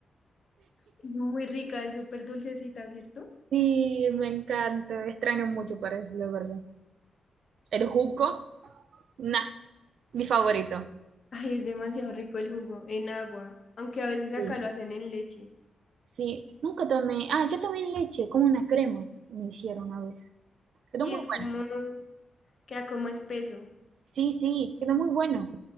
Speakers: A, on the left; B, on the right.
A: es muy rica, es súper dulcecita, ¿cierto?
B: Sí, me encanta. Extraño mucho para decirlo, de verdad. El juco, nah, mi favorito.
A: Ay, es demasiado rico el jugo, en agua, aunque a veces acá
B: Sí,
A: lo hacen en leche.
B: sí. Nunca tomé. Ah, yo tomé leche, como una crema. Me hicieron una vez.
A: Sí,
B: Quedó muy
A: es
B: bueno.
A: como, queda como espeso.
B: Sí, sí, queda muy bueno.